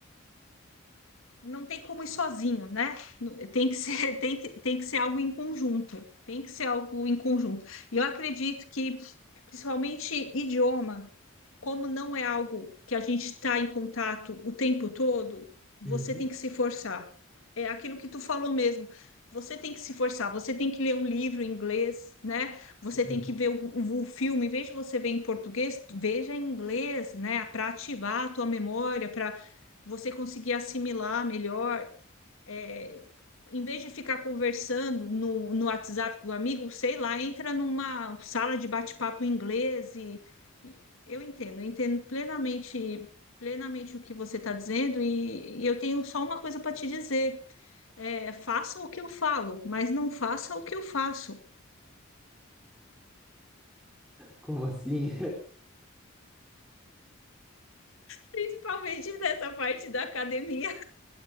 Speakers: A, on the left (about 70°); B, in the centre.
A: não tem como ir sozinho, né? No- Tem que ser, <laughs> tem que, tem que ser algo em conjunto. Tem que ser algo em conjunto. E eu acredito que, principalmente idioma, como não é algo que a gente está em contato o tempo todo, você
B: Uhum,
A: tem que se forçar. É aquilo que tu falou mesmo. Você tem que se forçar, você tem que ler um livro em inglês, né? Você
B: uhum.
A: tem que ver o, o- o filme, em vez de você ver em português, veja em inglês, né? Para ativar a tua memória, para você conseguir assimilar melhor é, em vez de ficar conversando no, no WhatsApp com o amigo, sei lá, entra numa sala de bate-papo em inglês e e eu entendo, eu entendo plenamente, plenamente o que você está dizendo e, e eu tenho só uma coisa para te dizer, é, faça o que eu falo, mas não faça o que eu faço.
B: Como assim?
A: Principalmente <laughs> nessa parte da academia.